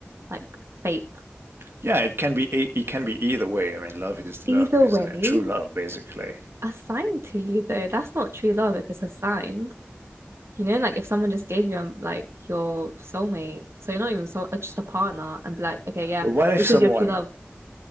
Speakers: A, on the right (about 80°); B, on the right (about 65°).
A: like fate.
B: Yeah, it can be e, it can be either way. I mean, love is
A: Either
B: love, isn't
A: way,
B: it? True love, basically.
A: assigned to you though, that's not true love if it's assigned. You know, like if someone just gave you um, like your soulmate, so you're not even so uh, just a partner, and be like, okay, yeah,
B: But what if
A: this
B: someone?
A: is your true love.